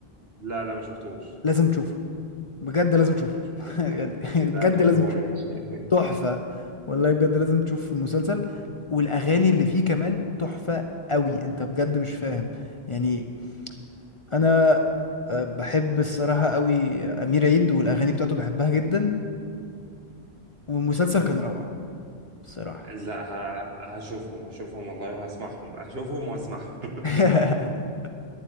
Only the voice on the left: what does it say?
لازم تشوفه بجد لازم تشوفه
<laughs> يعني بجد
لازم تشوفه
تحفة والله بجد لازم تشوف المسلسل والأغاني اللي فيه كمان تحفة قوي انت بجد مش فاهم يعني انا آه، بحب الصراحة قوي أمير عيد والأغاني بتاعته بحبها جدا والمسلسل كان روعة الصراحة
<laughs>